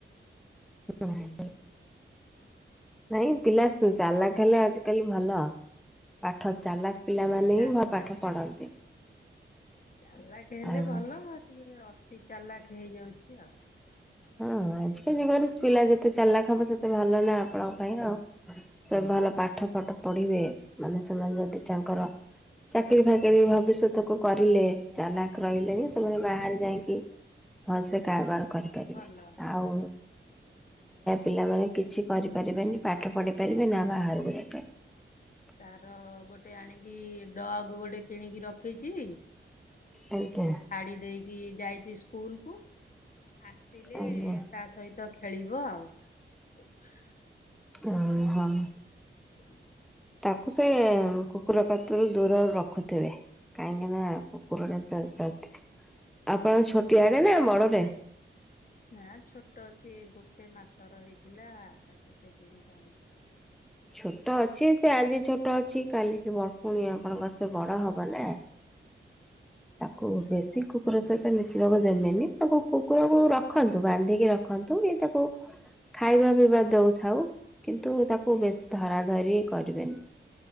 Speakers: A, in the centre; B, on the left.
A: ହଁ।
B: <inaudible>
A: ନାଇଁ ପିଲା ଚାଲାକ ହେଲେ ଆଜିକାଲି ଭଲ। ପାଠ ଚାଲାକ ପିଲାମାନେ
B: ହଁ ଚାଲାକ
A: ହିଁ ବା ପାଠ ପଢନ୍ତି।
B: ଚାଲାକ ହେଲେ
A: ଆଉ
B: ଭଲ ଟିକେ ଅତି ଚାଲାକ ହେଇଯାଉଚି ଆଉ।
A: ହଁ ଆଜିକା ଯୁଗରେ ପିଲା ଯେତେ ଚାଲାକ ହବ ସେତେ ଭଲ ନା ଆପଣଙ୍କ ପାଇଁ ଆଉ ସେ ଭଲ ପାଠ ଫାଠ ପଢିବେ ମାନେ ସେମାନେ ଯଦି ତାଙ୍କର ଚାକିରି ଫାକିରି ଭବିଷ୍ୟତକୁୁ କରିଲେ ଚାଲାକ ରହିଲେ ବି ସେମାନେ ବାହାରେ ଯାଇକି ଭଲ ସେ କାରବାର କର କରିବେ
B: ଭଲ
A: ଆଉ ପିଲାମାନେ କିଛି କରିପାରିବେନି ପାଠ ପଢି ପାରିବେ ନା ବାହାରକୁ ଯାଇପାରି ଵେ।
B: ତାର ଗୋଟେ ଆଣିକି ଡଗ୍ ଗୋଟେ କିଣିକି ରଖିଛି ତାକୁ
A: ଆଜ୍ଞା।
B: ଏଇ ଛାଡି ଦେଇ କି ଯାଇଛି ସ୍କୁଲ କୁ ଆସିଲେ
A: ଆଜ୍ଞା
B: ତା ସହିତ ଖେଳିବ ଆଉ। <inaudible>
A: ହ ହଁ।
B: <unintelligible>
A: ତାକୁ ସେ କୁକୁର ପ୍ରତି ବି ଦୂରରେ ରଖୁଥିବେ କାହିଁକି ନା କୁକୁରଟା ଯଦି ଆପଣ ଛୋଟିଆଟେ ନା ବଡଟରେ?
B: ନା ଛୋଟ ସିଏ ଗୋଟେ ମାସ ର ହେଇଥିଲା ତାକୁ ସେ କିଣି ଜାଣିଛି।
A: ଛୋଟ ଅଛି ସେ ଆଜି ଛୋଟ ଅଛି କାଲିିକି ବଡ ପୁଣି ଆପଣଙ୍କ ସେ ବଡ ହବ ନା। ତାକୁ ବେଶୀ
B: ଆଜ୍ଞା
A: କୁକୁର ସହିତ ମିଶି ଦେବେନି ତ କୁକୁରକୁ ରଖନ୍ତୁ ବାନ୍ଧିକି ରଖନ୍ତୁ କି ତାକୁ ଖାଇବା ପିଇବା ଦଉଥାଉ। କିନ୍ତୁ ତାକୁ ବେସି ଧରା ଧରି କରିବେନି